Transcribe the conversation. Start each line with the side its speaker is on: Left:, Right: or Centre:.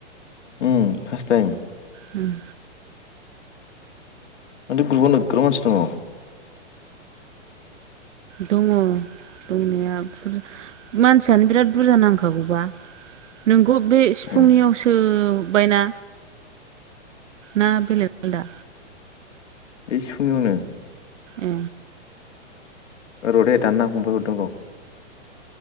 Left: Um first time.
Right: हुम।
Left: माथो ग्रुपआव नोगोर मानसि दङ'।
Right: दङ दंनाया बुर मानसियानो बिराद बुरजा नांखागौबा। नोंखौ बे सिफुंनियाव
Left: उम
Right: सो जोबबायना ना बेलेग आलदा?
Left: बे सिुफुंनियावनो।
Right: ए।
Left: र' दे दाननाङा फंबाय हरदों र'।